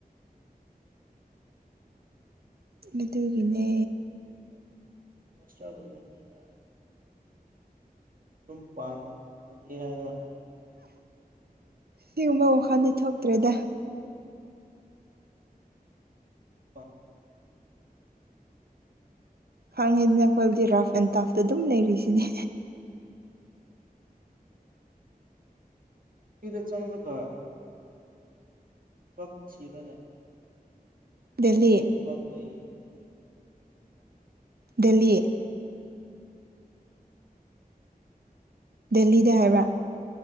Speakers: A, on the right; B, on the right.
A: ꯑꯗꯨ ꯇꯒꯤꯅꯦ
B: ꯃꯁ ꯗꯤ ꯌꯥꯔꯦꯒ ꯑꯗꯨꯝ ꯄꯥꯟ ꯈꯪꯉꯦ ꯍꯥꯏꯔꯣ
A: ꯁꯤꯒꯨꯝꯕ ꯋꯥꯈꯜꯗꯤ ꯊꯣꯛꯇ꯭ꯔꯦꯗ
B: ꯑ
A: ꯈꯪꯉꯤꯗꯅ ꯑꯩꯈꯣꯏꯕꯨꯗꯤ ꯔꯥꯐ ꯑꯦꯟ ꯇꯥꯐꯇ ꯑꯗꯨꯝ ꯂꯩꯔꯤꯁꯤꯅꯦ
B: ꯀꯗ ꯆꯪꯗ ꯇ ꯐꯛ ꯁꯤꯔꯣꯅꯦ
A: ꯗꯦꯜꯂꯤ
B: ꯊ ꯂꯩ ꯂꯩ
A: ꯗꯦꯜꯂꯤ ꯗꯦꯍꯤꯗ ꯍꯥꯏꯕ꯭ꯔꯥ